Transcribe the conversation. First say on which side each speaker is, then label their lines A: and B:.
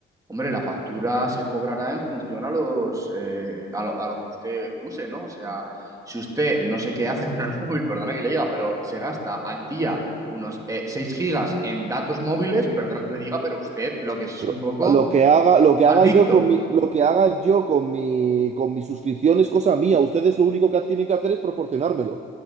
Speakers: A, on the right; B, on the right.
A: Hombre, la factura se cobrará en función a los, eh, a lo, a lo que usted use, ¿no? O sea, si usted no sé qué hace con el <laughs> móvil, perdona que le diga, pero se gasta al día unos eh, 6 gigas en datos móviles, perdona que le diga, pero usted lo que es
B: Pero
A: un poco
B: lo que haga, lo que
A: adicto.
B: haga yo con mi, lo que haga yo con mi, con mi suscripción es cosa mía. Ustedes lo único que tienen que hacer es proporcionármelo.